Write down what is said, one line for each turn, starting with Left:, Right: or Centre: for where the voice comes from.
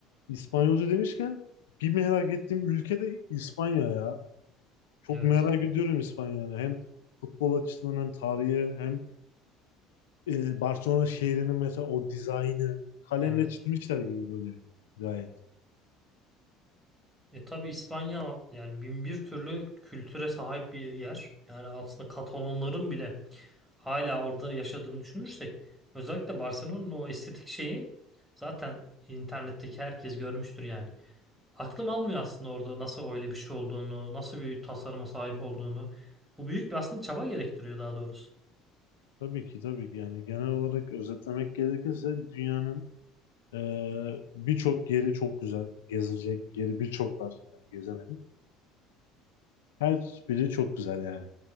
Left: İspanyolca demişken bir merak ettiğim ülke de İspanya ya. Çok
Centre: Evet.
Left: merak ediyorum İspanya'yı. Hem futbol açısından hem tarihi hem e, Barcelona şehrinin mesela o dizaynı kalemle
Centre: Evet.
Left: çizmişler gibi böyle gayet.
Centre: E tabii İspanya yani bin bir türlü kültüre sahip bir yer. Yani aslında Katalonların bile hala orada yaşadığını düşünürsek özellikle Barcelona'nın o estetik şeyi zaten internetteki herkes görmüştür yani. Aklım almıyor aslında orada nasıl öyle bir şey olduğunu, nasıl bir tasarıma sahip olduğunu. Bu büyük bir aslında çaba gerektiriyor daha doğrusu.
Left: Tabii ki tabii ki yani genel olarak özetlemek gerekirse dünyanın Ee, birçok yeri çok güzel. Gezilecek yeri birçok var. Yani gezemedik. Her biri çok güzel yani.